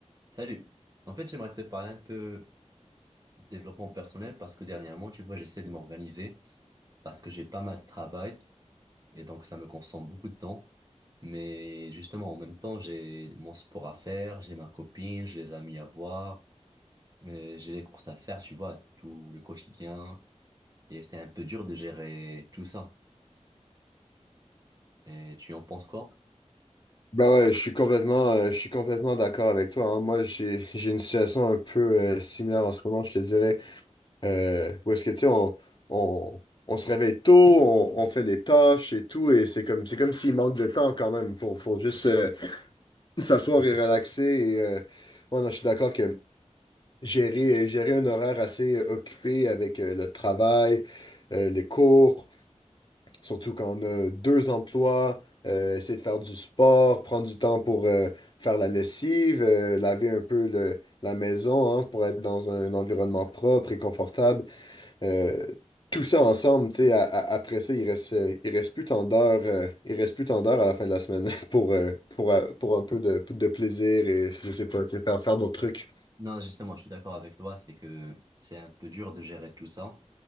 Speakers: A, on the right; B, on the left.
A: Salut. En fait, j'aimerais te parler un peu de développement personnel parce que dernièrement, tu vois, j'essaie de m'organiser parce que j'ai pas mal de travail et donc ça me consomme beaucoup de temps. Mais justement, en même temps, j'ai mon sport à faire, j'ai ma copine, j'ai les amis à voir, euh, j'ai les courses à faire, tu vois, tout le quotidien. Et c'est un peu dur de gérer tout ça. Et tu en penses quoi?
B: Bah ouais, je suis complètement, euh, je suis complètement d'accord avec toi. hein. Moi, j'ai, j'ai une situation un peu euh, similaire en ce moment, je te dirais. Euh, où est-ce que, tu sais, on, on, on se réveille tôt, on, on fait les tâches et tout, et c'est comme, c'est comme s'il manque de temps quand même pour, pour juste euh, s'asseoir et relaxer. Et, euh, ouais, non, je suis d'accord que gérer, gérer un horaire assez occupé avec euh, le travail, euh, les cours. Surtout quand on a deux emplois, euh, essayer de faire du sport, prendre du temps pour euh, faire la lessive, euh, laver un peu le- la maison hein, pour être dans un environnement propre et confortable. Euh, tout ça ensemble, tu sais, a- a- après ça, il reste, euh, il reste plus tant d'heures, euh, il reste plus tant d'heures à la fin de la semaine <laughs> pour, euh, pour, euh, pour un peu de, de plaisir et je sais pas, tu sais, faire, faire d'autres trucs.
A: Non, justement, je suis d'accord avec toi, c'est que c'est un peu dur de gérer tout ça.